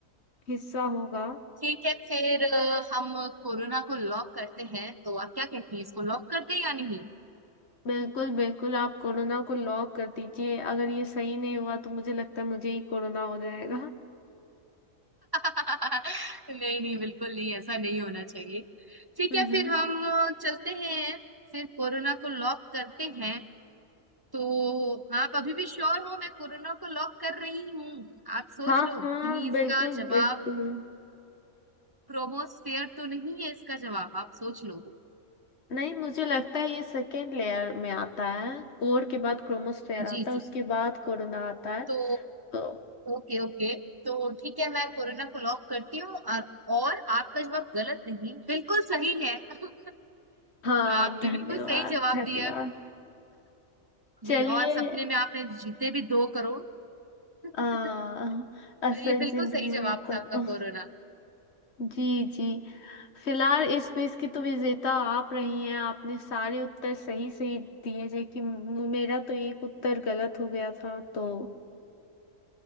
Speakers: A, on the left; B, on the right.
A: हिस्सा होगा
B: ठीक है फिर अ, हम कोरोना को लॉक करते हैं तो आप क्या कहती हैं इसको लॉक करते हैं या नहीं
A: बिल्कुल बिल्कुल आप कोरोना को लॉक कर दीजिए अगर ये सही नहीं हुआ तो मुझे लगता है मुझे ही कोरोना हो जाएगा
B: <laughs> नहीं नहीं बिल्कुल नहीं ऐसा नहीं होना चाहिए ठीक
A: हम्म
B: है फिर
A: हम्म।
B: हम अ, चलते हैं फिर कोरोना को लॉक करते हैं तो आप अभी भी श्योर हो मैं कोरोना को लॉक कर रही हूँ आप सोच
A: हाँ
B: लो
A: हाँ
B: कहीं इसका
A: बिल्कुल
B: जवाब
A: बिल्कुल
B: प्रोमोस्फेयर तो नहीं है इसका जवाब आप सोच लो
A: नहीं मुझे लगता है ये सेकेंड लेयर में आता है कोर के बाद क्रोमोस्फेयर आता
B: जी
A: है
B: जी
A: उसके बाद कोरोना आता है
B: तो
A: तो
B: ओके ओके तो ठीक है मैं कोरोना को लॉक करती हूँ और और आपका जवाब गलत नहीं बिल्कुल सही है <laughs>
A: हाँ
B: तो आपके
A: धन्यवाद
B: बिल्कुल सही जवाब
A: धन्यवाद
B: दिया जी
A: चलिए
B: और सपने में आपने जीते भी दो करोड़ <laughs>
A: आ, असल
B: तो ये बिल्कुल
A: जिंदगी
B: सही
A: में
B: जवाब
A: तो
B: था आपका कोरोना
A: जी जी फिलहाल इस क्विज की तो विजेता आप रही हैं आपने सारे उत्तर सही सही दिए जबकि म- मेरा तो एक उत्तर गलत हो गया था तो